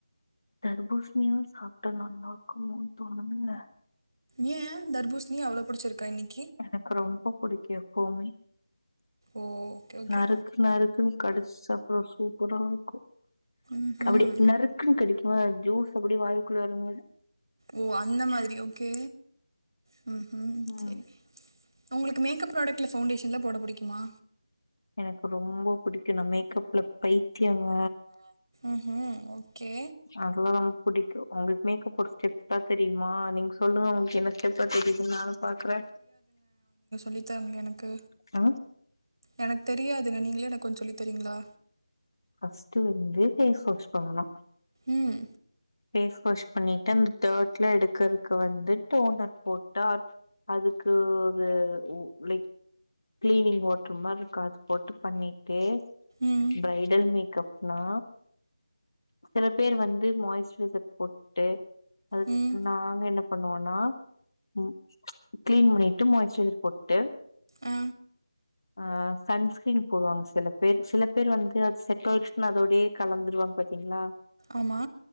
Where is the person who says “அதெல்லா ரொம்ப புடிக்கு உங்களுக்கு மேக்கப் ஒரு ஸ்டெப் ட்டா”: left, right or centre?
Left